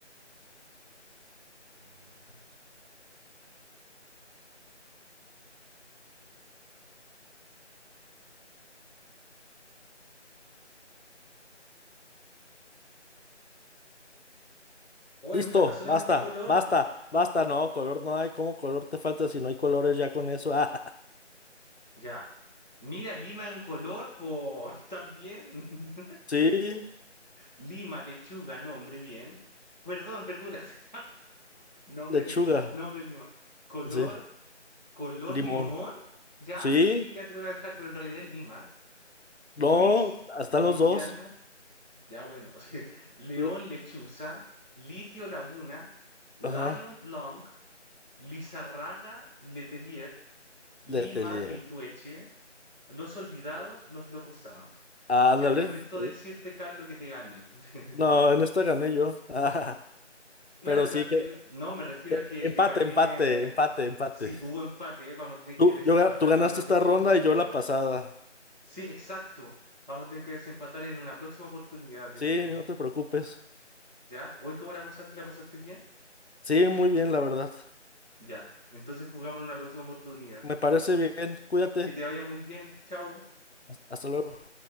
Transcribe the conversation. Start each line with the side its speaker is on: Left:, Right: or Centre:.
Right: animal. Hoy
Left: Listo,
Right: me falta solamente
Left: basta,
Right: color.
Left: basta, basta. No, color no hay. ¿Cómo color te falta si no hay colores ya con eso? Ah,
Right: Ya. Mira, Lima es un color, po. <laughs> También. <laughs>
Left: <laughs> sí,
Right: Lima, lechuga, nombre, bien. Perdón, verduras. <laughs> nombre,
Left: lechuga.
Right: le- nombre Lima. Color,
Left: Sí,
Right: color
Left: limón.
Right: limón. Ya,
Left: Sí,
Right: sí, ya te lo voy a dejar, pero en realidad es Lima. Luis,
Left: no, están
Right: Liliana.
Left: los dos.
Right: Ya, bueno. <laughs> Sí. León,
Left: Eh,
Right: lechuza. Litio, laguna. Lion,
Left: Ajá,
Right: long. Lizarraga, letelier. Lima,
Left: le, le- le-
Right: litueche. Los olvidados, los locos Adams.
Left: Ándale.
Right: Ya, lamento
Left: sí.
Right: decirte, Carlos, que te gané. <laughs>
Left: No, en esta gané yo. <laughs>
Right: Claro,
Left: Pero sí,
Right: la anterior. No, me refiero
Left: Eh,
Right: a que
Left: Empate,
Right: te gané.
Left: empate, empate, empate.
Right: Sí, hubo empate, ¿eh? Vamos a tener
Left: Tú,
Right: que desempatar
Left: yo, ga- tú ganaste
Right: en una próxima
Left: esta ronda
Right: oportunidad.
Left: y yo la pasada.
Right: Sí, exacto. Vamos a tener que desempatar en una próxima oportunidad, yo
Left: Sí,
Right: creo.
Left: no te
Right: <laughs>
Left: preocupes.
Right: ¿Ya? ¿Hoy cómo la pasaste? ¿La pasaste bien?
Left: Sí, muy bien, la verdad.
Right: Ya. Entonces jugamos en una próxima oportunidad.
Left: Me parece bien. Cuídate.
Right: Que te vaya muy bien. Chao.
Left: Hasta luego.